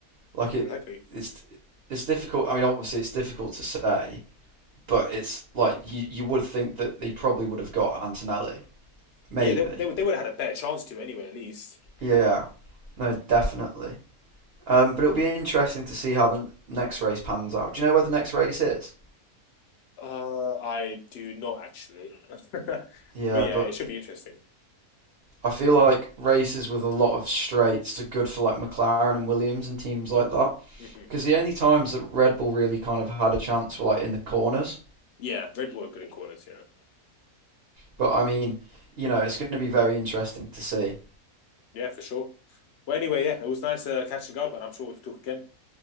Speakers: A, on the right (about 55°); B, on the left (about 70°).
A: Like,
B: Yeah,
A: it
B: exactly.
A: it's it's difficult. I mean, obviously it's difficult to say, but it's like you you would think that they probably would have got Antonelli, maybe.
B: Yeah, they they, would- they would have had a better chance to anyway, at least.
A: Yeah, no, definitely. Um, but it'll be interesting to see how the next race pans out. Do you know where the next race is?
B: Uh, I do not actually, <laughs> but
A: Yeah,
B: yeah,
A: but
B: it should be interesting.
A: I feel like races with a lot of straights are good for like McLaren and Williams and teams like that.
B: hmm
A: Because the only times that Red Bull really kind of had a chance were like in the corners.
B: Yeah, Red Bull are good in corners. Yeah,
A: But I mean, you know, it's going to be very interesting to see.
B: yeah, for sure. Well, anyway, yeah, it was nice uh, catching up, and I'm sure we'll talk again.